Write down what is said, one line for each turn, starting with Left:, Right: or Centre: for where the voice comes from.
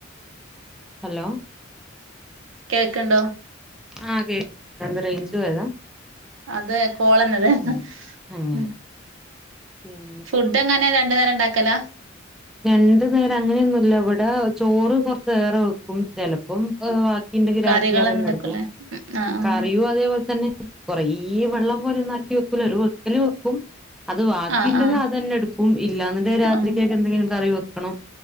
Centre: ഹലോ
Right: കേൾക്ക്ണ്ടോ
Centre: ആഹ് കേക്ക്ണ്ട് എന്താ റേഞ്ച് പോയതാ?
Right: അതെ കോളെന്നെത്.
Centre: ഉം അങ്ങനെ
Right: മ്
Centre: പിന്നെ
Right: ഫുഡെങ്ങനെ രണ്ടു നേരംണ്ടാക്കല.
Centre: രണ്ടു ന്നേരം അങ്ങനെയൊന്നുല്ല ഇവിടെ ചോറ് കൊറചേറെ വെക്കും. ചെല--ഉ പ്പം വാക്കിണ്ടെങ്കി
Right: കറികള്
Centre: രാത്രി അതന്നെ
Right: ഇണ്ടാക്കൂലേ
Centre: ഇടുക്കും
Right: ആഹ്
Centre: കറിയും അതേപോലെ തന്നെ കൊറേ വെള്ളം പോലെയൊന്നാക്കി വെക്കൂല ഒരു വെക്കല് വെക്കും. അത് വാക്കിണ്ടെങ്കി
Right: ആഹ്
Centre: അതെന്നെടുക്കും ഇല്ലാന്നിണ്ടെങ്കി രാത്രിക്കാക്
Right: ആഹ്
Centre: എന്തെങ്കിലും കറി വെക്കണം.